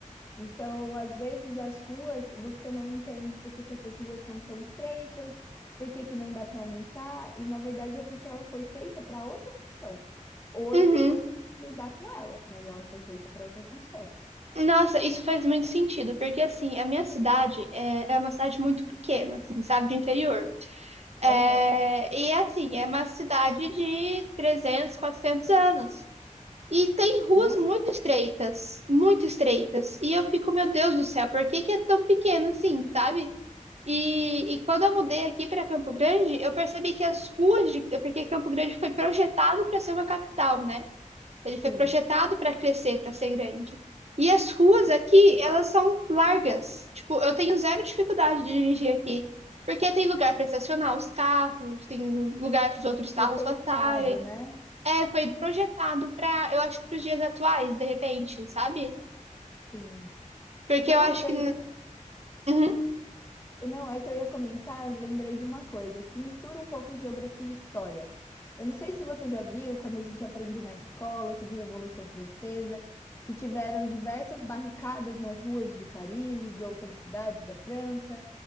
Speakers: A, on the left (about 20°); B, on the right (about 55°).
A: Então, às vezes as ruas você não entende por que, que essas ruas são tão estreitas, por que, que não dá para aumentar, e na verdade é porque ela foi feita para outra função. Hoje
B: uhum.
A: você tem que lidar com ela, mas ela foi feita para outra função.
B: Nossa, isso faz muito sentido, porque, assim, a minha cidade é, é uma cidade muito pequena, assim, sabe, de interior. É,
A: Uhum.
B: e, assim, é uma cidade de 300 400 anos. E tem ruas
A: Nossa,
B: muito estreitas, muito estreitas. E eu fico, meu Deus do céu, por que que é tão pequeno assim, sabe? E, e quando eu mudei aqui para Campo Grande, eu percebi que as ruas de, é porque Campo Grande foi projetado para ser uma capital, né? Ele foi
A: sim.
B: projetado para crescer, para ser grande. E as ruas aqui, elas são largas. Tipo, eu tenho zero dificuldade de dirigir aqui, porque tem lugar para estacionar os carros, tem lugar para os outros carros
A: Foi pensado,
B: passarem.
A: né?
B: É, foi projetado pra, eu acho, que pros dias atuais, de repente, sabe?
A: Sim.
B: Porque
A: Eu
B: eu
A: não
B: acho
A: sei,
B: que. Uhum,
A: Não, é que eu ia comentar, lembrei de uma coisa, que mistura um pouco geografia e história. Eu não sei se você já viu, quando a gente aprende na escola sobre a Revolução Francesa, que tiveram diversas barricadas nas ruas de Paris e de outras cidades da França,